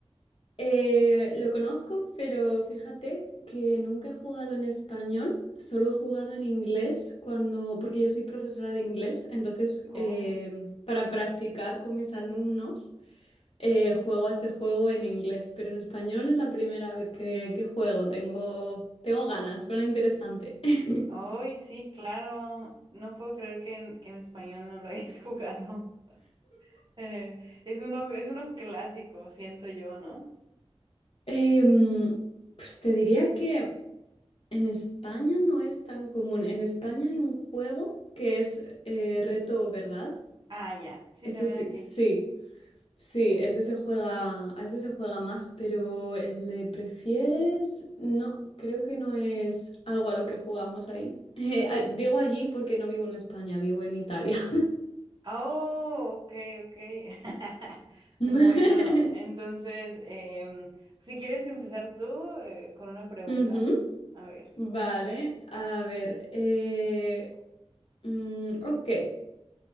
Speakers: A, on the left (about 65°); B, on the right (about 45°).
A: Eh, lo conozco, pero fíjate que nunca he jugado en español, solo he jugado en inglés cuando, porque yo soy profesora de inglés, entonces
B: Oh.
A: em, para practicar con mis alumnos eh, juego a ese juego en inglés, pero en español es la primera vez que, que juego, tengo, tengo ganas, suena interesante. <laughs>
B: Ay, sí, claro. No puedo creer que en, que en español no lo hayas <laughs> jugado. Eh, es uno, es uno clásico, siento yo, ¿no?
A: Em, pues te diría que... En España no es tan común. En España hay un juego que es eh, Reto Verdad.
B: Ah, ya. Sí,
A: Ese
B: también
A: sí,
B: aquí.
A: sí, sí, ese se juega, a ese se juega más, pero el de prefieres, no, creo que no es algo a lo que jugamos ahí. <laughs> Eh, a- digo allí porque no vivo en España, vivo en Italia.
B: Oh, ok, ok. <laughs>
A: <laughs>
B: Bueno, entonces, em, si quieres empezar tú eh, con una pregunta,
A: Ujú.
B: a ver.
A: Vale, a ver. eh, mm, ok.